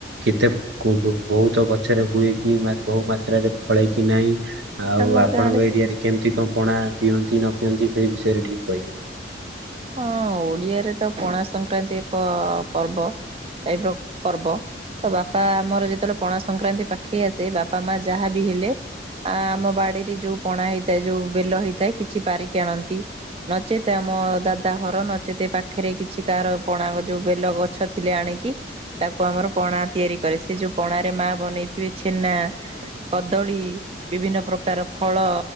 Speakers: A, on the right; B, on the right.
A: କେତେ ବହୁ ବହୁତ ଗଛରେ ହୁଏ କି ବହୁ ମାତ୍ରାରେ ଫଳେ କିି ନାହିଁ ଆଉ
B: ଆମ
A: ଆ
B: ଗାଁରେ
A: ଆରେ କେମିତି କଣ ପଣା ପିଅନ୍ତି ନ ପିଅନ୍ତି ସେଇ ବିଷୟରେ ଟିକେ କହିବେ।
B: ହଁ ଓଡ଼ିଆରେ ତ ପଣା ସଂକ୍ରାନ୍ତି ଏକ ପର୍ବ। ଟାଇପ୍ ର ପର୍ବ। ତ ବାପା ଆମର ଯେତେବେଳେ ପଣା ସଂକ୍ରାନ୍ତି ପାଖେଇ ଆସେ ବାପା ମା ଯାହା ବିି ହେଲେ ଆ ଆମ ବାଡିରେ ଯୋଉ ପଣା ହେଇଥାଏ ଯୋଉ ବେଲ ହେଇଥାଏ କିଛି ପାରିକି ଆଣନ୍ତି। ନଚେତ୍ ଆମ ଦାଦା ଘର ନଚେତ୍ ଏ ପାଖେରେ କିଛି କାହାର ପଣା ର ଯୋଉ ବେଲ ଗଛ ଥିଲେ ଆଣିକି ତାକୁ ଆମର ପଣା ତିଆରି କରେ, ସେ ଯୋଉ ପଣାରେ ମା ବନେଇଥିବେ ଛେନା କଦଳୀ ବିଭିନ୍ନ ପ୍ରକାର ଫଳ